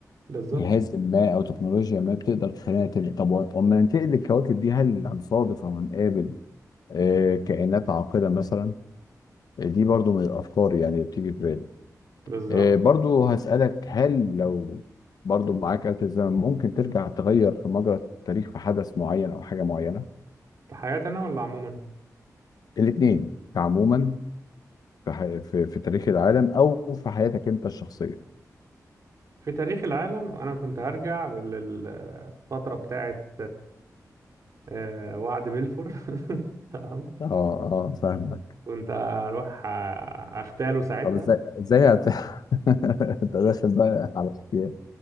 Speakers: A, on the right (about 55°); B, on the left (about 85°).
A: بالظبط
B: جهاز ما أو تكنولوجيا ما بتقدر تخلينا تنقل طب أما ننتقل للكواكب دي هل هنصادف أو هنقابل آه، كائنات عاقلة مثلا دي برضو من الأفكار يعني اللي بتيجي في بالي
A: بالظبط
B: آه، برضو هسألك هل لو برضو معاك آلة الزمن ممكن ترجع تغير في مجرى التاريخ في حدث معين أو حاجة معينة؟
A: في حياتي انا ولا عموما
B: الاتنين عموما في, ح... في في تاريخ العالم أو في حياتك أنت الشخصية.
A: في تاريخ العالم انا كنت هرجع للفترة بتاعت آه، وعد بلفور <laughs> تمام
B: اه اه فاهمك.
A: كنت هروح آه، اغتاله ساعتها
B: طب ازاي ازاي هت... <laughs> انت داخل بقى على اختيار.